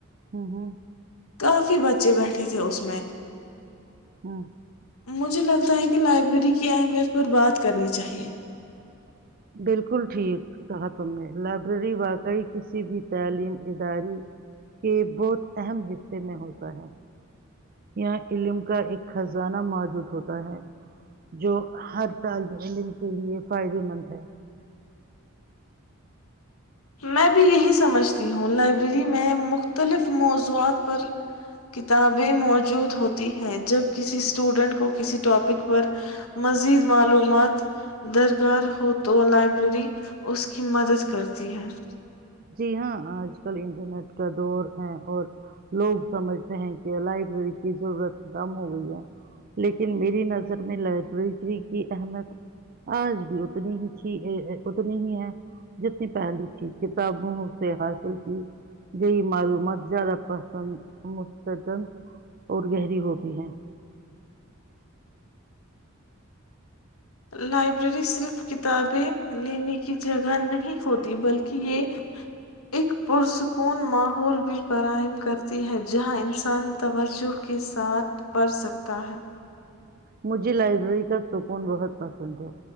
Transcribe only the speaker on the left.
کافی بچ بچے بیٹھے تھے اس میں <inaudible>
مجھے لگتا ہے کہ لائبریری کی اہمیت پر بات کرنی چاہیے
میں بھی یہی سمجھتی ہوں لائبریری میں مختلف موضوعات پر کتابیں موجود ہوتی ہیں جب کسی اسٹوڈینٹ کو کسی ٹاپک پر مزید معلومات درکار ہو تو لائبریری اس کی مدد کر جی ہے <inaudible>
لائبریری صرف کتابیں لینے کی جگہ نہیں ہوتی بلکہ یہ ایک پرسکون ماحول بھی فراہم کرتی ہے جہاں انسان توجہ کے ساتھ پڑھ سکتا ہے <inaudible>